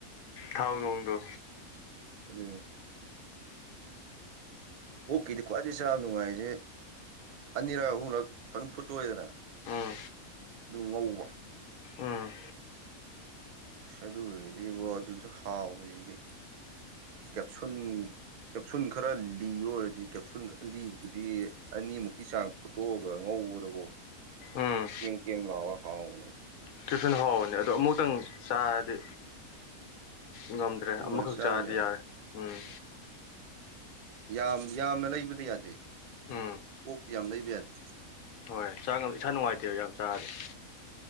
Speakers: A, on the left; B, on the right.
A: ꯊꯥꯎ ꯣꯡꯗ
B: ꯑ ꯑꯣꯀꯤꯗꯤ ꯈ꯭ꯋꯥꯏꯗꯩ ꯁꯥ ꯅꯨꯡꯉꯥꯏꯖꯦ ꯑꯅꯤꯔꯛ ꯑꯍꯨꯝꯔꯛ ꯐꯖꯅ ꯐꯨꯠꯇꯣꯛꯑꯦꯗꯅ
A: ꯎꯝ
B: ꯑꯗꯨ ꯉꯧꯕ
A: ꯎꯝ
B: ꯑꯁ ꯑꯗꯨ ꯑꯣꯏꯔꯗꯤꯕꯣ ꯑꯗꯨꯁꯨ ꯍꯥꯎꯖꯤꯗꯤ ꯀꯦꯞꯁꯨꯟ ꯀꯦꯞꯁꯨꯟ ꯈꯔ ꯂꯤꯕ ꯑꯣꯏꯔꯗꯤ ꯀꯦꯞꯁꯨꯟ ꯈ ꯂꯤꯕꯗꯨꯗꯤ ꯑꯅꯤꯃꯨꯛꯀꯤ ꯆꯥꯡ ꯐꯨꯠꯇꯣꯛꯑꯒ ꯉꯧꯕꯗꯕꯣ
A: ꯎꯝ
B: ꯀꯦꯝ ꯀꯦꯝ ꯂꯥꯎꯔ ꯍꯥꯎꯕꯅꯦꯕ
A: ꯀꯦꯞꯁꯟ ꯍꯥꯎꯕꯅꯤ ꯑꯗꯣ ꯑꯃꯨꯛꯇꯪ ꯆꯥꯔꯗꯤ ꯉꯝꯗ꯭ꯔꯦ
B: ꯑꯗꯨꯃꯥꯏꯅ
A: ꯑꯃꯈꯛ
B: ꯆꯥꯕ
A: ꯆꯥꯔꯗꯤ
B: ꯌꯥꯏ
A: ꯌꯥꯔꯦ ꯎꯝ
B: ꯌꯥꯝ ꯌꯥꯝꯅ ꯂꯩꯕꯗꯤ ꯌꯥꯗꯦ
A: ꯎꯝ
B: ꯛꯇꯤ ꯌꯥꯝ ꯂꯩꯕ ꯌꯥꯗꯦ
A: ꯍꯣꯏ ꯆꯥ ꯏꯁꯥ ꯅꯨꯡꯉꯥꯏꯇꯦꯕ ꯌꯥꯝ ꯆꯥꯔꯗꯤꯦ